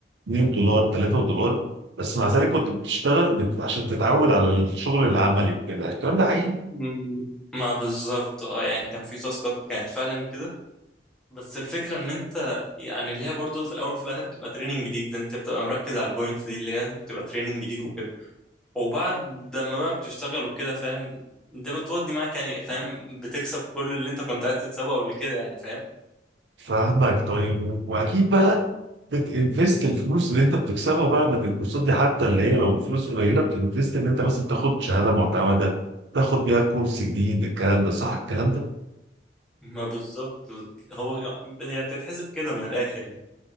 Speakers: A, on the right (about 75°); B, in the centre.
A: 2 دولار 3 دولار بس مع ذلك كنت بتشتغل بت... عشان تتعود على الشغل العملي وكده الكلام ده حقيقي
B: مم. ما بالظبط اه يعني كان في تاسكات كانت فعلا كده بس الفكره ان انت يعني اللي هي برضو في الاول وفي الاخر بتبقى تريننج ليك ده انت بتبقى مركز على البوينت دي اللي هي بتبقى تريننج ليك وبعد لما بقى بتشتغل وكده فاهم ده بتودي معاك يعني فاهم بتكسب كل اللي انت كنت عايز تكسبه قبل كده يعني فاهم
A: فاهمك طيب واكيد بقى بتنفست الفلوس اللي انت بتكسبها بقى من الكورسات دي حتى اللي هي لو فلوس قليله بتنفست ان انت مثلا تاخد شهاده معتمده تاخد بيها كورس جديد الكلام ده صح الكلام ده
B: ما بالظبط هو هي بتتحسب كده من الاخر يعني